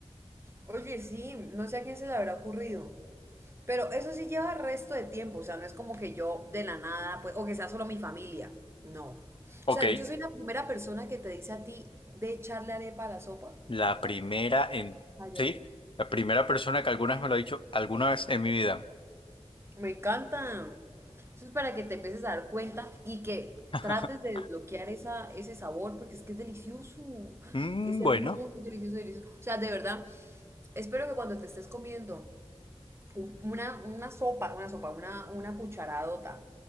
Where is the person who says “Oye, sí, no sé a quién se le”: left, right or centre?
Right